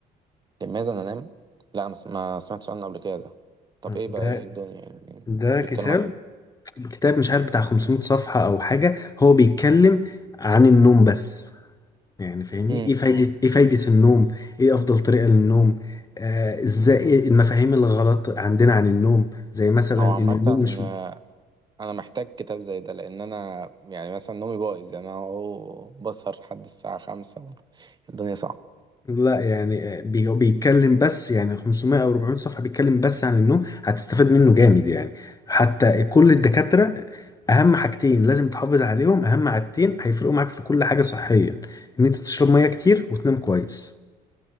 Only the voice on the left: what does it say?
ده
ده كتاب
كتاب مش عارف بتاع 500 صفحة أو حاجة هو بيتكلم عن النوم بس يعني فاهمني
ايه مم. فايدة ايه فايدة النوم ايه افضل طريقة للنوم آه ازاي إيه المفاهيم الغلط عندنا عن النوم زي مثلا
ان
النوم مش
م-
لا يعني آه، بي- هو بيتكلم بس يعني 500 او 400 صفحة بيتكلم بس عن النوم هتستفاد منه جامد يعني حتى كل الدكاترة اهم حاجتين لازم تحافظ عليهم اهم عادتين هيفرقوا معاك في كل حاجة صحيا ان انت تشرب مية كتير وتنام كويس